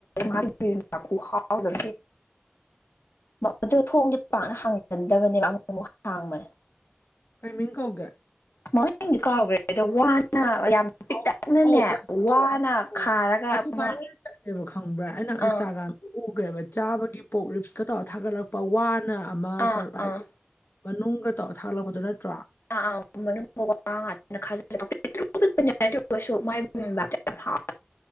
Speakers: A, on the left; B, on the left.
A: ꯃꯥ ꯄꯤ ꯍꯥꯎꯗ
B: <inaudible>
A: ꯑꯗꯨꯣ ꯊꯣꯡꯁꯦ ꯄꯥꯛꯅ ꯍꯥꯡꯒꯟꯗꯕꯅꯦꯕ ꯑꯃꯨꯛ ꯑꯃꯨꯛ ꯍꯥꯡꯕꯅꯦ
B: ꯀꯩꯃꯤꯡ ꯀꯧꯒꯦ
A: ꯃꯣꯏꯗꯤ ꯀꯥꯎꯈ꯭ꯔꯦ ꯑꯗꯣ ꯋꯥꯅ ꯌꯥꯝ ꯄꯤꯛꯇꯛꯅꯅꯦ
B: ꯑꯥꯎ ꯑꯧ ꯑꯗꯨ
A: ꯋꯥꯅ
B: ꯑꯗꯨ
A: ꯈꯥꯔꯒ
B: ꯑꯗꯨ
A: ꯑꯃ
B: ꯄꯚꯥꯏꯔꯦꯜ ꯆꯠꯂꯦꯕ ꯈꯪꯕ꯭ꯔꯥ ꯑꯩꯅ ꯏꯟꯁꯇꯥꯒ꯭ꯔꯥꯝ
A: ꯑꯥ
B: ꯎꯈ꯭ꯔꯦꯕ ꯆꯥꯕꯒꯤ ꯄꯣꯛ ꯂꯤꯞꯁꯀ ꯇꯧꯔꯒ ꯊꯥꯒꯠꯂꯛꯄ ꯋꯥꯅ ꯑꯃꯔꯨ
A: ꯑꯥ
B: ꯍꯥꯏꯗꯤ
A: ꯑꯥ
B: ꯃꯅꯨꯡꯗ ꯇꯧꯔ ꯊꯥꯒꯠꯂꯛꯄꯗꯨꯣ ꯅꯠꯇ꯭ꯔꯣ
A: ꯑꯥ ꯑꯥ ꯉꯇꯥꯖꯤꯂꯁꯨ ꯃꯥꯏꯇ ꯌꯥꯝ ꯍꯥꯎꯦ